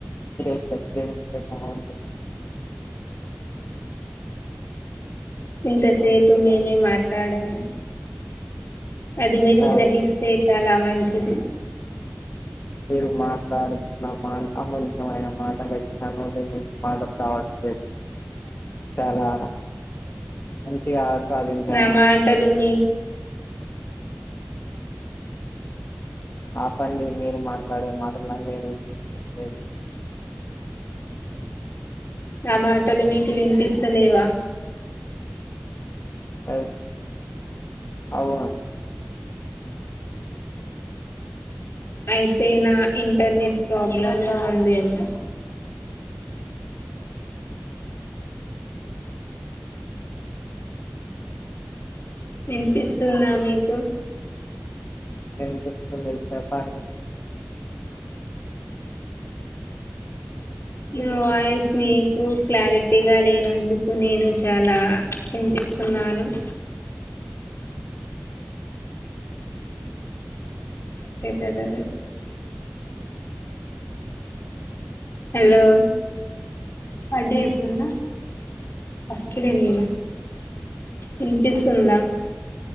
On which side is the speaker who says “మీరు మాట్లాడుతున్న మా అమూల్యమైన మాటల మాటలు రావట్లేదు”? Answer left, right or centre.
Left